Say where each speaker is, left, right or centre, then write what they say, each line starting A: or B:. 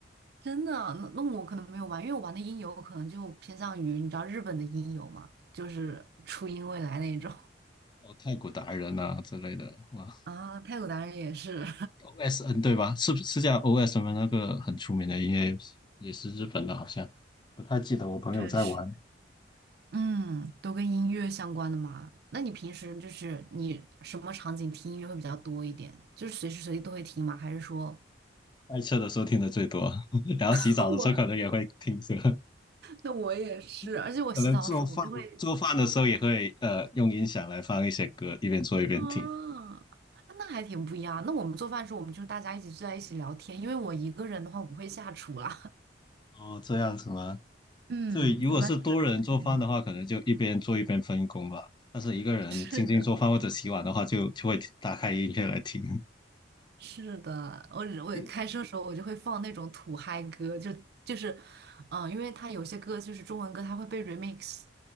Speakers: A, on the right (about 55°); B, on the left (about 25°).
A: 真的啊，那那我可能没有玩，因为我玩的音游可能就偏向于你知道日本的音游嘛，就是初音未来那种
B: 哦，太鼓达人啊之类的，哇，
A: <laughs> 啊，太鼓达人也是，
B: OSN 对吧？是不是叫 OSN 吗？那个很出名的音乐游戏，也是日本的，好像不太记得。我朋友在玩
A: <laughs> 确实。嗯，都跟音乐相关的嘛。那你平时就是你什么场景听音乐会比较多一点？就是随时随地都会听吗？还是说？
B: 开车的时候听的最多，<laughs> 然后洗澡的时候可能也会听着，
A: <laughs> 我？那我也是，而且我洗澡的时候我就会
B: <laughs> 可能做饭做饭的时候也会呃用音响来放一些歌，一边做一边听。
A: 啊，那还挺不一样。那我们做饭的时候，我们就是大家一起坐在一起聊天，因为我一个人的话我不会下厨啦。
B: 哦，这样子吗？
A: <laughs> 嗯，
B: 对，如果是多人做饭的话，
A: 我一般就是跟朋友。
B: 可能就一边做一边分工吧。但是一个人静静做饭或者洗碗的话就，
A: <laughs> 是的，
B: 就会打开音乐来听，
A: 是的，我我开车的时候我就会放那种土嗨歌，
B: <laughs>
A: 就就是，嗯，因为它有些歌就是中文歌，它会被 remix。